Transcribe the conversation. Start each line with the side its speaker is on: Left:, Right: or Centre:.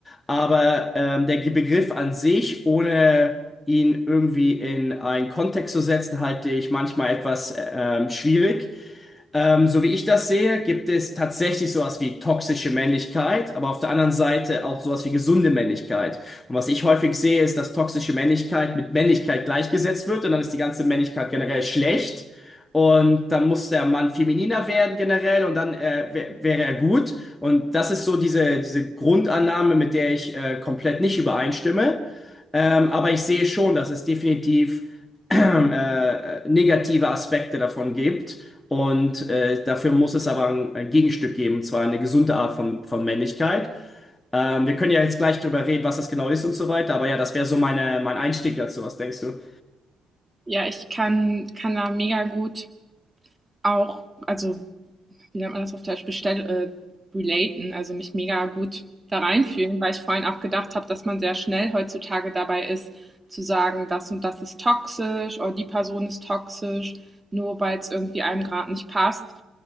Left: Aber ähm, der Begriff an sich, ohne ihn irgendwie in einen Kontext zu setzen, halte ich manchmal etwas äh, ähm, schwierig. Ähm, so wie ich das sehe, gibt es tatsächlich sowas wie toxische Männlichkeit, aber auf der anderen Seite auch sowas wie gesunde Männlichkeit. Und was ich häufig sehe, ist, dass toxische Männlichkeit mit Männlichkeit gleichgesetzt wird und dann ist die ganze Männlichkeit generell schlecht. Und dann muss der Mann femininer werden generell und dann äh, wär- wäre er gut. Und das ist so diese, diese Grundannahme, mit der ich äh, komplett nicht übereinstimme. Ähm, aber ich sehe schon, dass es definitiv <clears throat> äh, äh, negative Aspekte davon gibt. Und äh, dafür muss es aber ein, ein Gegenstück geben, und zwar eine gesunde Art von, von Männlichkeit. Ähm, wir können ja jetzt gleich drüber reden, was das genau ist und so weiter, aber ja, das wäre so meine, mein Einstieg dazu. Was denkst du?
Right: Ja, ich kann kann da mega gut auch also, wie nennt man das auf Deutsch, bestell äh, relaten, also mich mega gut da reinfühlen, weil ich vorhin auch gedacht habe, dass man sehr schnell heutzutage dabei ist, zu sagen, das und das ist toxisch oder die Person ist toxisch, nur weil es irgendwie einem grad nicht passt